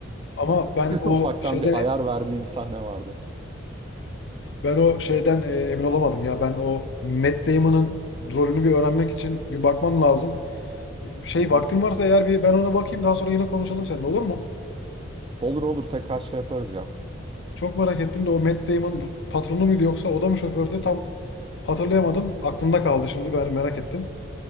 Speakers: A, on the left; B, on the right.
A: Ama ben
B: <laughs>
A: o
B: ufaktan
A: şeyden
B: bir ayar verdiğim sahne vardı.
A: ben o şeyden e, emin olamadım ya. Ben o Matt Damon'ın rolünü bir öğrenmek için bir bakmam lazım. Şey
B: Hı hı.
A: vaktin varsa eğer bir ben ona bakayım daha sonra yine konuşalım seninle olur mu?
B: Olur olur tekrar şey yaparız ya.
A: Çok merak ettim de o Matt Damon patronu muydu yoksa o da mı şofördü tam hatırlayamadım. Aklımda kaldı şimdi ben merak ettim.